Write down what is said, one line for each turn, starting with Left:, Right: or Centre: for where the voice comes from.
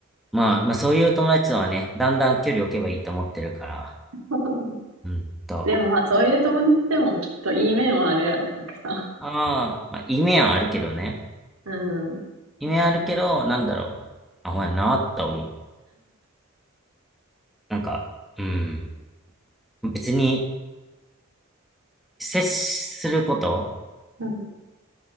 Centre: う。まあ、まあそういう友達とはね、だんだん距離を置けばいいと思ってるから。
Right: <laughs>
Centre: うんと。
Right: でもまあそういう友達でもきっといい面はあるやろ、たくさ
Centre: ああ、まあ、夢はあるけどね。
Right: ん。うん。
Centre: 夢はあるけど、なんだろう。あ、ほやなって思う。なんか、うん。別に、接すること、
Right: うん。